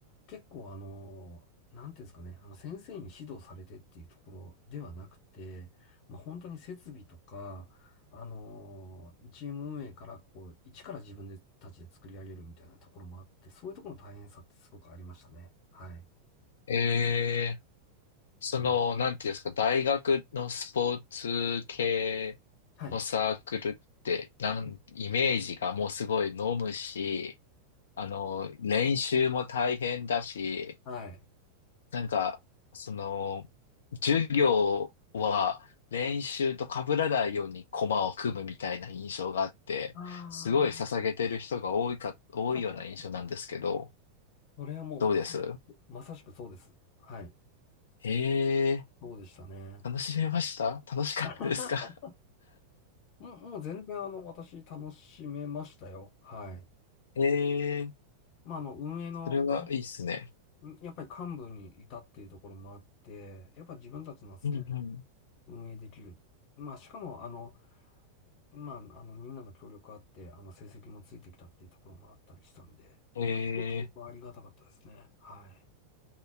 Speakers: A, on the left (about 40°); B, on the left (about 65°).
A: 結構あのーなんていうんですかね、あの先生に指導されてっていうところではなくて、まあ本当に設備とか、あのーチーム運営からこう、一から自分でたちで作り上げるみたいなところもあって、そういうところの大変さってすごくありましたね。はい。
B: ええ、その、
A: うん
B: なんていうんですか、大学のスポーツ系のサークルって、
A: はい。
B: なん、
A: <laughs>
B: イメージがもうすごい飲むし、あの、練習も大変だし、
A: はい。
B: なんか、その、授業は練習と被らないように駒を組むみたいな印象があって、
A: ああ、
B: すごい捧げてる人が多いか、多いような印象なんですけど、
A: でもそれはもうま、
B: どうです
A: まさしくそうです。はい。
B: ええ
A: そうでしたね。
B: ー、楽しめました楽しかったですか
A: <laughs> もう、もう全然あの、私楽しめましたよ。はい。
B: <laughs> ええー、
A: まあ、あの、運営の、
B: それはいいっすね。
A: うんやっぱり幹部にいたっていうところもあって、やっぱ自分たちの好きなように
B: うんうん。
A: 運営できる。まあ、しかも、あの、まあ、あの、みんなの協力あって、あの、成績もついてきたっていうところもあったりしたんで、
B: ええ
A: まあすごくそこはありがたかったですね。はい。